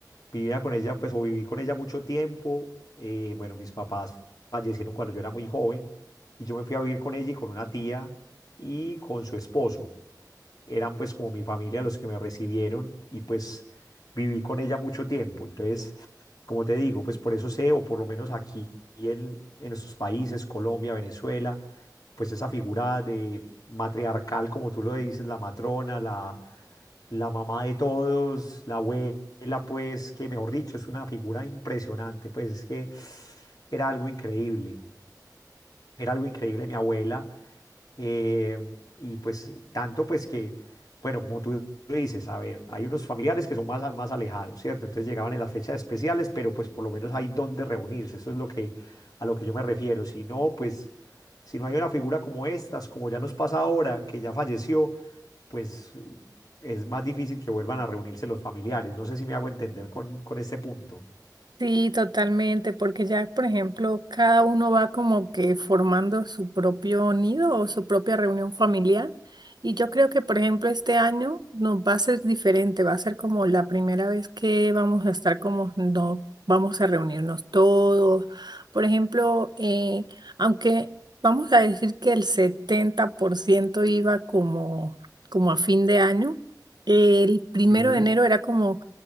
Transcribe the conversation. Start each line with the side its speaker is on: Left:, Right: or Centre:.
Left: vivía con ella pues o viví con ella mucho tiempo, eh, bueno, mis papás fallecieron cuando yo era muy joven y yo me fui a vivir con ella y con una tía y con su esposo eran pues como mi familia los que me recibieron y pues viví con ella mucho tiempo. Entonces, como te digo, pues por eso sé, o por lo menos aquí en, en nuestros países, Colombia, Venezuela, pues esa figura de matriarcal, como tú lo dices, la matrona, la, la mamá de todos, la abuela, pues que mejor dicho, es una figura impresionante, pues es que era algo increíble. Era algo increíble, mi abuela. eh, y pues tanto pues que, bueno, como tú lo dices, a ver, hay unos familiares que son más, a- más alejados, ¿cierto? Entonces llegaban en las fechas especiales, pero pues por lo menos hay donde reunirse. Eso es lo que, a lo que yo me refiero. Si no, pues, si no hay una figura como estas, como ya nos pasa ahora, que ya falleció, pues es más difícil que vuelvan a reunirse los familiares. No sé si me hago entender con, con este punto.
Right: Sí, totalmente, porque ya, por ejemplo, cada uno va como que formando su propio nido o su propia reunión familiar. Y yo creo que, por ejemplo, este año nos va a ser diferente, va a ser como la primera vez que vamos a estar como no vamos a reunirnos todos. Por ejemplo, eh, aunque vamos a decir que el 70% iba como, como a fin de año, el primero
Left: Sí.
Right: de enero era como